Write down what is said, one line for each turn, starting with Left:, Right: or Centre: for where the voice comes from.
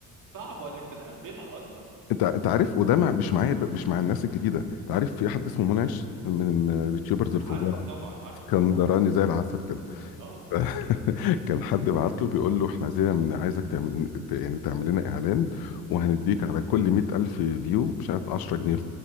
Right: صعبة انك تتقبلها اصلا
Left: انت انت عارف وده مع... مش معايا ب- مش مع الناس الجديده انت عارف في حد اسمه منعش من اليوتيوبرز الفظاع
Right: عارفه طبعا عارفه
Left: اسكندراني
Right: اه
Left: زي العسل كده
Right: اه
Left: <laughs> كان حد بعت له بيقول له احنا عايزين من- عايزك تعمل ت- يعني تعمل لنا اعلان وهنديك
Right: مم.
Left: على كل 100000 ألف فيو مش عارف 10 جنيه